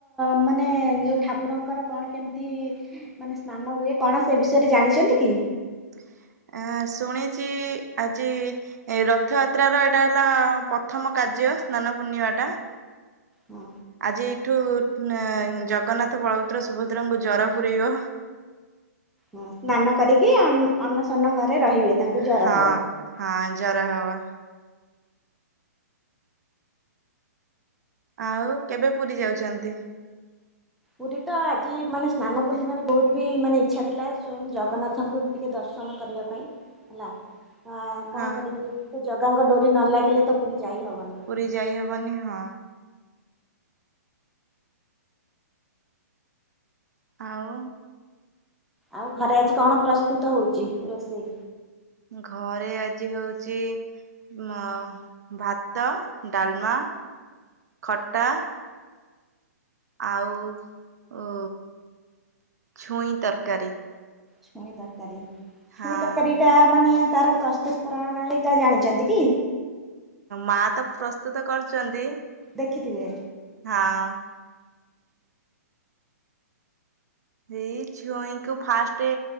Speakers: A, in the centre; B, on the right (about 70°).
A: ମାନେ ଯୋଉ ଠାକୁରଙ୍କର କଣ କେମିତି ମାନେ ସ୍ନା ହୁଏ କଣ ସେ ବିଷୟରେ ଜାଣିଚନ୍ତି କି?
B: <inaudible> ଆ ଶୁଣିଚି ଆଜି ଏ ରଥଯାତ୍ରାର ଏଇଟା ହେଲା ପ୍ରଥମ କା କାର୍ଯ୍ୟ ସ୍ନାନ ପୂର୍ଣ୍ଣିମା ଟା।
A: ହଁ
B: ଆଜି ଏଇଠୁ-ଜଗନ୍ନାଥ, ବଳଭଦ୍ର, ସୁଭଦ୍ରାଙ୍କୁ ଜର ପୂୁରଇବ। ଏ
A: ହଁ ସ୍ନାନ କରିକି, ଅ-ଅନ୍ନସନ୍ନ ଘରେ ରହିବେ। ତାଙ୍କୁ ଜର
B: ହଁ,
A: ହବ।
B: ହଁ। ଜର ହବ। ଆଉ କେବେ ପୁରୀ ଯାଉଛନ୍ତି?
A: ପୁରୀ ତ ଆଜି ମାନେ, ସ୍ନାନ ପୂର୍ଣ୍ଣିମାରେ ବହୁତ ବି ମାନେ ଇଚ୍ଛା ଥିଲା। ସ୍ଵୟଂ ଜଗନ୍ନାଥଙ୍କୁ ଟିକେ ଦର୍ଶ ସନ, କରିବା ପାଇଁ ହେଲା। କଣ,
B: ହଁ
A: କରିବି ଜଗାଙ୍କ ଡୋରି ନ ଲାଗିଲେ ତ ପୁରୀ ଯାଇ ହବନି।
B: ପୁରୀ ଯାଇ ହବନି। ହଁ। ଆଉ।
A: ଆଉ ଘରେ ଆଜି କଣ, ପ୍ରସ୍ତୁତ ହଉଛି ରୋଷେଇ?
B: ଘରେ ଆଜି ହଉଛି ମା-ଭାତ, ଡାଲମା, ଖଟା ଆଉ, ଉ ଛୁଇଁ ତରକାରୀ।
A: ଛୁଇଁ ତରକାରୀ।
B: ହଁ
A: ଛୁଇଁ ତରକାରୀ, ଟା ମାନେ ତାର ପ୍ରସ୍ତୁତ ପ୍ରଣାଳୀଟା, ଜାଣିଛନ୍ତି କି?
B: ମା ତ ପ୍ରସ୍ତୁତ କରୁଛନ୍ତି।
A: ଦେଖିଥିବେ?
B: ହଁ ଏଇ ଛୁଇଁଙ୍କୁ, ଫାଷ୍ଟ